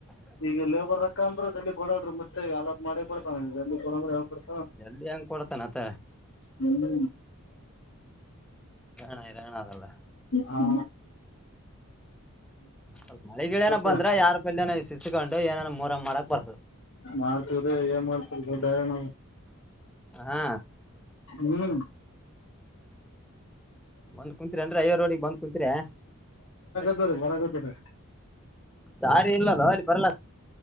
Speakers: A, on the left (about 65°); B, in the centre.
A: ಈಗ ಲೇಬರ್ ರೊಕ್ಕ ಅಂದ್ರೆ ಅಲ್ಲಿ ಕೊಡ್ರಿ ಮತ್ತೆ ಯಲ್ಲ ಮಾಡಿ ಕೊಡ್ತಾನ ಎಲ್ಲಿ ಕೊ್ರ
B: ಜಲ್ದಿ ಹೆಂಗ್ ಕೊಡ್ತಾನ ಆತ
A: <unintelligible> ಹ್ಮ
B: ಣ ರಣ ಅಲ್ಲ
A: ಹಾ
B: ಸ್ಲ್ಪ ಮಳೆಗಿಳೇನ
A: ಮತ್ರಿ
B: ಬಂದ್ರ ಯಾರ ಬಲ್ನ ಸಿಸ್ಕು ಏನ ಮೂರ ಮಾಡಕಕ್ ಬರ
A: ಮಾಡ್ತವ್ರ ಏನ್ ಮಾಡ್ತರ ದೊಡ್ಡಣ
B: ಹಾ
A: ಹ್ಮ್
B: ಬಂದ್ ಕುತ್ರಿ ಅನ್್ರೀ ಐವರ್ ರಡಗ್ ಬಂದ್ ಕುಂತರ
A: ರ ಬರಾಗತ ರ
B: ದಾರಿ ಇಲ್ಲಲ್ಲೋ ಅಲ್ಲಿ ಬರಲ್ಲ